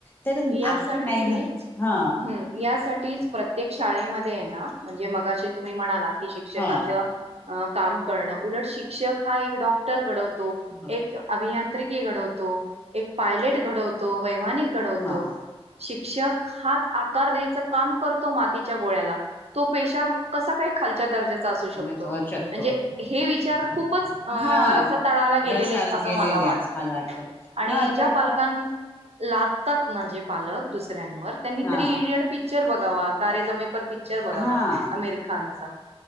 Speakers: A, on the left; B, on the right.
A: तर
B: यासाठीच्
A: आपली नाही ना हा
B: हम. यासाठीच प्रत्येक शाळेमध्ये आहे ना म्हणजे मगाशी तुम्ही म्हनालात. शिक्षकाचा
A: हा
B: काम करण उलट शिक्षक हा एक डॉक्टर डॉक्टर घडवतो.
A: म
B: एक अभियांत्रिकी घडवतो. एक पायलट घडवतो. वैमानिक. घडवतो.
A: अठीमा <unintelligible>
B: शिक्षक हाच आकार द्यायच काम करतो. मातीच्या गोळ्याला तो पेशा कसा काय. खालच्या दर्जाचा असू शकतो.
A: म वर शकतो
B: म्हणजे हे विचार खूप
A: हा
B: रसा तळाला गेलेले.
A: रसाल
B: अस
A: गेलेले
B: मला वाटतं.
A: अस मला वाटत
B: आणि
A: हा
B: ज्या
A: तर
B: पालकना.
A: मग
B: लादतात ना. जे पालक दुसऱ्यांवर त्यांनी
A: हा
B: तरी इडियट पिक्चर बघावा. तारे जमीनपर पिक्चर बघावा.
A: हा
B: आमिर खानचा.